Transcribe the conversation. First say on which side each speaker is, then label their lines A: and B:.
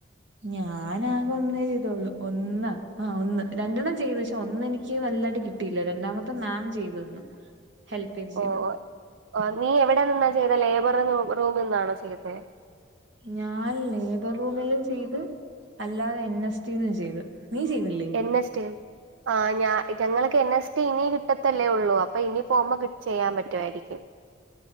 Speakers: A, on the right (about 65°); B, on the right (about 85°).
A: ഞാൻ ആകെ ഒന്നേ ചെയ്തോള്ളൂ ഒന്നാ ആ ഒന്ന് രണ്ടെണ്ണം ചെയ്തു പക്ഷേ ഒന്നെനിക്കി നല്ലായിട്ട് കി ട്ടിയില്ല രണ്ടാമത്തെ മാം ചെയ്ത് തന്നു ഹെൽപേജ് ചെയ്തു
B: ഓഹ് ഓഹ് ഓഹ് ആഹ് നീ എവിടെന്നാ ചെയ്തെ ലേബറ്ന്ന് റൂമ്ന്നാണോ ചെയ്തെ
A: ഞാൻ ലേബർ റൂമിലും ചെയ്ത് അല്ലാതെ എൻ എസ് ടി നും ചെയ്ത് നീ ചെയ്യ്ന്നില്ലേ
B: എൻ എസ് ടേം ആഹ് ഞാ ഇത് ഞങ്ങൾക്ക് എൻ എസ് ടി ഇനി കിട്ടത്തല്ലേ ഒള്ളൂ അപ്പൊ ഇനി പോവുമ്പോ കി ചെയ്യാ പറ്റുവായിരിക്കും